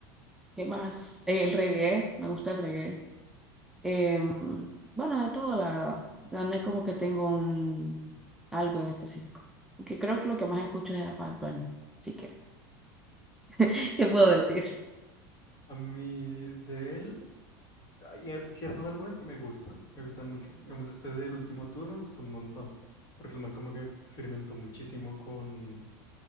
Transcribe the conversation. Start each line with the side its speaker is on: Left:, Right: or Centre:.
Centre: ¿qué más? Eh, el reggae, me gusta el reggae. Em, bueno, de todo, la verdad. Ya No es como que tengo un algo en específico. Aunque creo que lo que más escucho es a Bad Bunny. Así que, <laughs> ¿qué puedo decir?
Left: A mí de él hay a- ciertos álbumes que me gustan, me gustan mucho. Digamos, este del último tour me gustó un montón. Porque el man como que experimentó muchísimo con